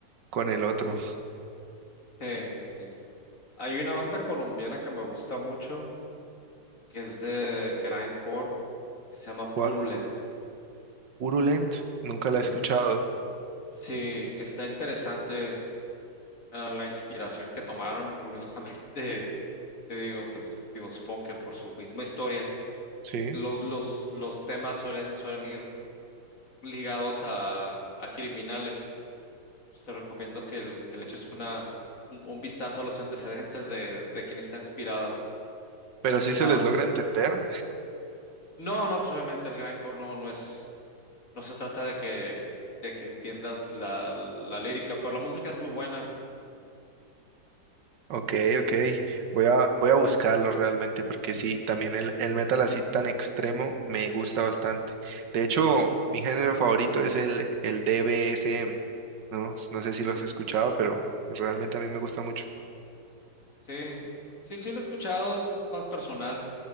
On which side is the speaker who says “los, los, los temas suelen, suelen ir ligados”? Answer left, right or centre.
Left